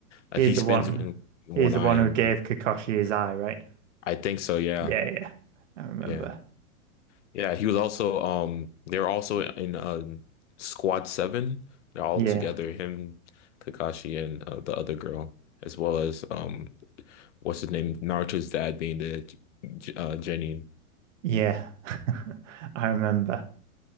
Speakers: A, on the right; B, on the left.
A: He's
B: uh, he spins
A: the one.
B: in one
A: He's the
B: eye
A: one
B: and.
A: who gave Kakashi his eye, right?
B: I think so. Yeah,
A: Yeah, yeah. I remember.
B: yeah, yeah. He was also um. They were also in um Squad Seven. They're all
A: Yeah.
B: together. Him, Kakashi, and uh, the other girl, as well as um, what's his name? Naruto's dad being the J- uh, Genin.
A: Yeah. <laughs> I remember.